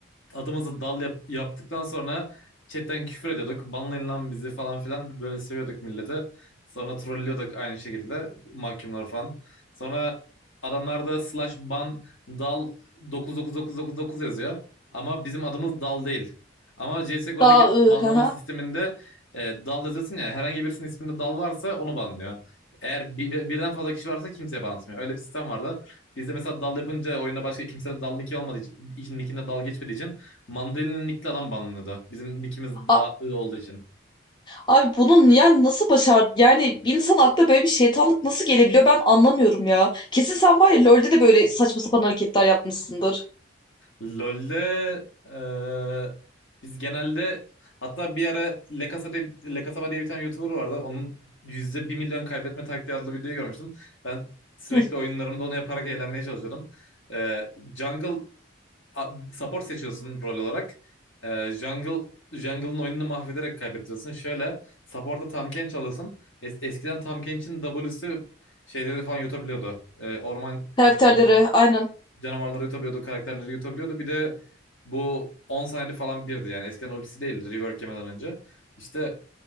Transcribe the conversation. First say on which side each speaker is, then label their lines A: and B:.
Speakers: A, on the left; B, on the left.
A: adımızı dal yap- yaptıktan sonra chatten küfür ediyorduk. Banlayın lan bizi falan filan böyle seviyorduk milleti. Sonra trollüyorduk aynı şekilde mahkumlar falan. Sonra adamlarda slash ban dal 99999 yazıyor. Ama bizim adımız dal değil. Ama CSGO'daki
B: Daha ı
A: banlama
B: hı hı.
A: sisteminde e, dal yazıyorsun ya herhangi birisinin isminde dal varsa onu banlıyor. Eğer bir- bir- birden fazla kişi varsa kimseye ban atmıyor. Öyle bir sistem vardı. Bizde mesela dal yapınca oyunda başka kimse de dal nicki olmadığı için, nickinde dal geçmediği için Mandalina nickli adam banlanıyordu. Bizim nickimiz daha
B: A-
A: ı olduğu için.
B: Abi bunun yani nasıl başar yani bir insan aklına böyle bir şeytanlık nasıl gelebiliyor ben anlamıyorum ya. Kesin sen var ya LoL'de de böyle saçma sapan hareketler yapmışsındır.
A: LoL'de eee, biz genelde hatta bir ara Le Casa de, Le Casaba diye bir tane YouTuber vardı. Onun yüzde bir milyon kaybetme taktiği adlı videoyu görmüştüm. Ben sürekli
B: <clears throat>
A: oyunlarımda onu yaparak eğlenmeye çalışıyordum. Eee jungle support seçiyorsun rol olarak. Ee, jungle Jungle'ın oyununu mahvederek kaybettiriyorsun. Şöyle support'a Tahm çalasın. eskiden Tahm Kench'in W'si şeyleri falan yutabiliyordu. Ee, orman
B: Karakterleri
A: can-
B: aynen
A: canavarları yutabiliyordu, karakterleri yutabiliyordu. Bir de bu 10 saniyede falan birdi yani. Eskiden ultisi değildi rework yemeden önce. İşte